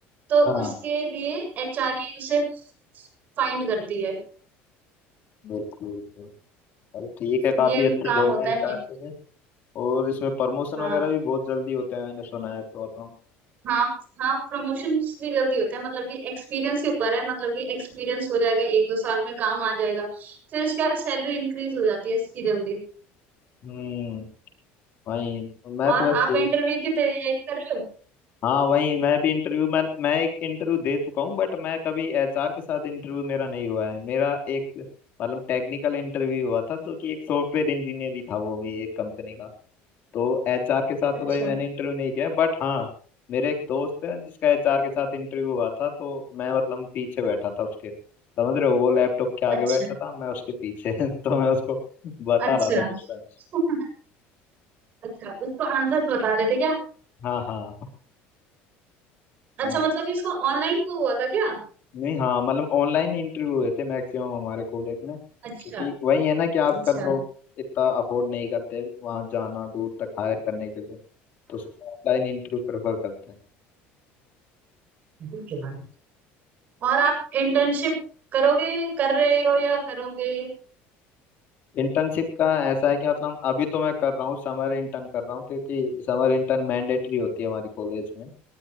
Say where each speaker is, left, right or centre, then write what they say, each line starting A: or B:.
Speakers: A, on the right; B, on the left.
A: तो
B: हाँ
A: उसके लिए एचआरए उसे फाइंड करती है
B: बिल्कुल बिल्कुल अरे ठीक है काफी
A: ये
B: अच्छी
A: काम
B: जॉब
A: होता
B: है
A: है
B: एचआर
A: मेन
B: के लिए और इसमें प्रमोशन
A: हाँ
B: वगैरह भी बहुत जल्दी होते हैं मैंने सुना है तो मतलब
A: हाँ हाँ प्रमोशन भी जल्दी होता है मतलब कि एक्सपीरियंस के ऊपर है मतलब कि एक्सपीरियंस हो जाएगा एक दो साल में काम आ जाएगा फिर उसके बाद सैलरी इंक्रीज हो जाती है इसकी जल्दी
B: हम्म वही तो मैं
A: और
B: तो वैसे
A: आप इंटरव्यू की तैयारी कर रहे हो
B: हाँ वही मैं भी इंटरव्यू मैं मैं एक इंटरव्यू दे चुका हूँ बट मैं कभी एचआर के साथ इंटरव्यू मेरा नहीं हुआ है मेरा एक मतलब टेक्निकल इंटरव्यू हुआ था जो कि एक सॉफ्टवेयर इंजीनियर ही था वो भी एक कंपनी का तो एचआर के साथ
A: अच्छा
B: तो कभी मैंने इंटरव्यू नहीं किया बट हाँ मेरे एक दोस्त है जिसका एचआर के साथ इंटरव्यू हुआ था तो मैं मतलब पीछे बैठा था उसके समझ रहे हो वो लैपटॉप के आगे
A: अच्छा
B: बैठा था मैं उसके पीछे <laughs> तो मैं उसको बता
A: अच्छा
B: रहा था क्वेश्चन
A: <laughs> अच्छा उसको आंसर बता रहे थे क्या
B: हाँ हाँ
A: अच्छा
B: वही
A: मतलब कि इसको ऑनलाइन वो हुआ था क्या
B: नहीं हाँ मतलब ऑनलाइन इंटरव्यू हुए थे मैक्सिमम हमारे कॉलेज में
A: अच्छा
B: क्योंकि वही है ना कि आजकल
A: अच्छा
B: लोग इतना अफोर्ड नहीं करते वहां जाना दूर तक हायर करने के लिए तो सब ऑनलाइन इंटरव्यू प्रेफर करते हैं
A: हाँ और आप इंटर्नशिप करोगे कर रहे हो या करोगे
B: इंटर्नशिप का ऐसा है कि मतलब अभी तो मैं कर रहा हूँ समर इंटर्न कर रहा हूँ क्योंकि समर इंटर्न मैंडेटरी होती है हमारी कॉलेज में